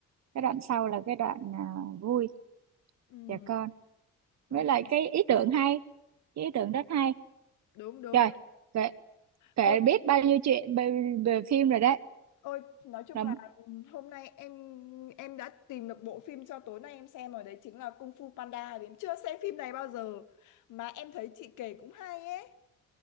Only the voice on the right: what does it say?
cái đoạn sau là cái đoạn à, vui
trẻ con
với lại
cái ý tưởng hay cái ý tưởng rất hay
trời
kể kể
biết bao nhiêu chuyện về, về phim rồi đấy
là